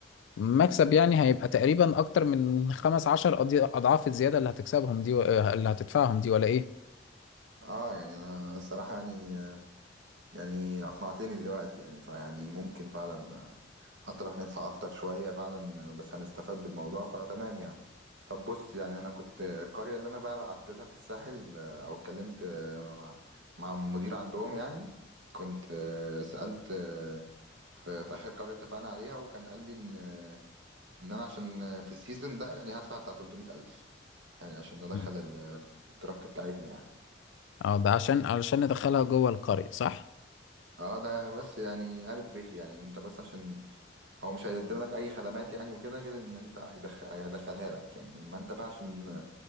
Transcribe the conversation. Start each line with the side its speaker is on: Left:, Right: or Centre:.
Left: مكسب يعني هيبقى تقريبا اكتر من خمس عشر أضي- اضعاف الزيادة اللي هتكسبهم دي و... آه، اللي هتدفعهم دي ولا ايه
Right: اه يعني انا الصراحة يعني يعني اقنعتني دلوقتي يعني فيعني ممكن فعلا آه، حتى لو هندفع اكتر شوية فعلا آه، بس هنستفاد بالموضوع فتمام يعني طب بص يعني انا كنت آه، القرية اللي انا بقى بعت لها في الساحل آه، او اتكلمت آه، مع مع المدير عندهم يعني كنت آه، سألت آه، في في اخر قرية اتفقنا عليها وكان قال لي ان آه، ان انا عشان آه، في السيزون ده يعني هدفع بتاع 300 الف يعني عشان ندخل
Left: مم.
Right: ال- الترك بتاعتنا يعني
Left: اه ده عشان علشان ندخلها جوه القرية صح
Right: اه ده بس يعني ألف به يعني انت بس عشان هو مش هيقدم لك اي خدمات يعني وكده غير ان انت هيدخل هيدخلها لك يعني اما انت بقى عشان